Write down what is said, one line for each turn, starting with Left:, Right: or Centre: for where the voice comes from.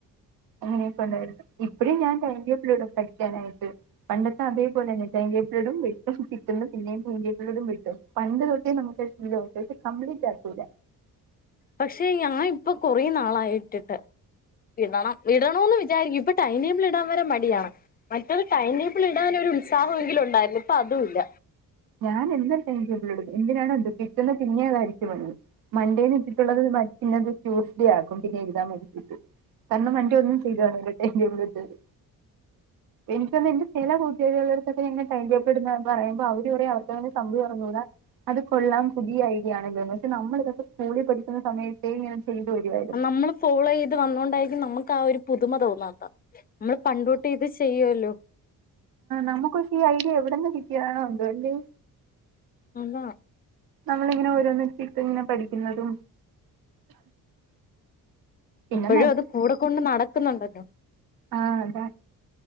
Right: അങ്ങനെയൊക്കെ ഉണ്ടായിരുന്നു ഇപ്പഴും ഞാൻ ടൈംടേബിൾ ഇടും പഠിക്കാനായിട്ട് പണ്ടത്തെ അതേപോലെ തന്നെ ഇപ്പോളും ഇടും പിന്നെയും ടൈംടേബിളിടും പണ്ട് തൊട്ടെ നമ്മുക്കൊരു ശീലണ്ട് കംപ്ലീറ്റ് ആക്കൂല
Left: പക്ഷെ ഞാൻ ഇപ്പൊ കൊറ നാളായിട്ടിട്ട് ഇടണം വിടണന്ന് വിചാരിക്കും ഇപ്പൊ ടൈടേബിളിടാൻ വരെ മടിയാണ് മറ്റൊരു ടൈടേബിൾ ഇടാനൊരു ഉത്സാഹമെങ്കിലും ഉണ്ടായിരുന്നു ഇപ്പൊ അതുംല്ല
Right: ഞാൻ എന്നും ടൈടേബിളിടും എന്തിനാണോ എന്തോ പിറ്റേന്ന് പിന്നേം അയ്ച്ച്പണിയും മൺഡേന്ന് ഇട്ടിട്ടുള്ളത് പിന്നെത് ട്യൂസ്ഡേ ആക്കും പിന്നെ എഴുതാന് മടിചിട്ട് കാരണം മൺഡേ ഒന്നും ചെയ്തുകാണൂല ടൈടേബിളിട്ടിട്ട് എനിക്ക് എന്റെ ചില കൂട്ടുകാരികളോടൊക്കെ ടൈംടേബിൾ ഇടുന്നത് പറയുമ്പോ അവര് അവർ പറയും അവർക്കങ്ങനെ സംഭവേ അറിഞ്ഞൂടാ അത് കൊള്ളാം പുതിയ ഐഡിയാണ്ല്ലോന്ന് പക്ഷെ നമ്മള് ഇതൊക്കെ സ്കൂളിൽ പഠിക്കുന്ന സമയത്തെ ഇങ്ങനെ ചെയ്തു വരുവായിരുന്നു
Left: നമ്മള് ഫോളോ ചെയ്ത് വന്നോണ്ടായിരിക്കും നമ്മുക്ക് ആ ഒരു പുതുമ തോന്നാത്തെ നമ്മള് പണ്ടൂട്ടെ ഇത് ചെയ്യുവല്ലോ
Right: നമുക്കൊക്കെ ഈ ഐഡിയ എവിടെന്ന് കിട്ടിയതാണോ എന്തോലെ
Left: അല്ല
Right: നമ്മള് ഇങ്ങനെ ഓരോന്നിടുത്തിട്ട് ഇങ്ങനെ പഠിക്കുന്നതും പിന്നെ
Left: ഇപ്പോഴും അത് കൂടെ കൊണ്ട് നടക്കുന്നുണ്ടല്ലോ
Right: ആ അതാ